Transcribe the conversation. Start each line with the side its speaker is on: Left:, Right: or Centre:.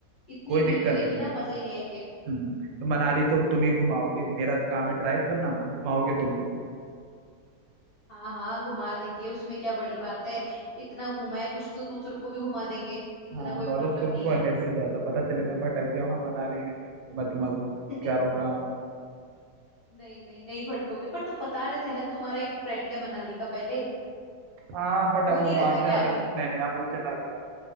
Left: इतनी
Right: कोई
Left: भीड़
Right: दिक्कत
Left: मिलेगी
Right: नहीं
Left: ना
Right: है
Left: मजे ही नहीं आएंगे
Right: हम्म तो मनाली तो तुम ही घुमाओगे मेरा तो काम है ड्राइव करना घुमाओगे तुम
Left: हाँ हाँ घुमा देंगे उसमें क्या बड़ी बात है इतना घुमा है कुछ तो दूसरों को भी घुमा देंगे इतना
Right: हाँ
Left: कोई
Right: नॉलेज
Left: प्रॉब्लम
Right: तुमको
Left: नहीं है
Right: है मेरे से ज्यादा पता चले मैं भटक गया वहाँ मनाली में तो मैं तुम्हें
Left: <laughs>
Right: कह रहा हूँ कहाँ हूँ।
Left: नहीं नहीं नहीं भटकोगे पर तुम बता रहे थे ना तुम्हारा एक फ्रेंड है मनाली का पहले
Right: हाँ बट
Left: वो
Right: अब
Left: नहीं
Right: वो
Left: रहता
Right: वहां से
Left: क्या
Right: हट
Left: अभी
Right: गया नहीं नहीं अब वो चला गया वो